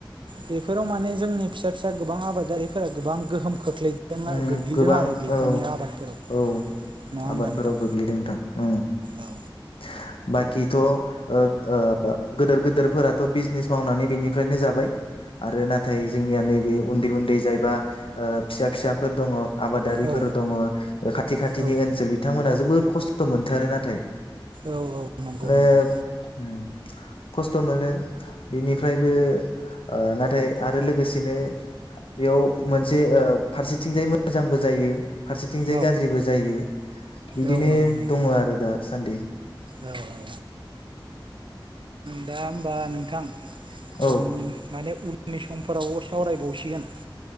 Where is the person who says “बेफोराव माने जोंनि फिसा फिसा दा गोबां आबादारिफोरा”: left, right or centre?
Right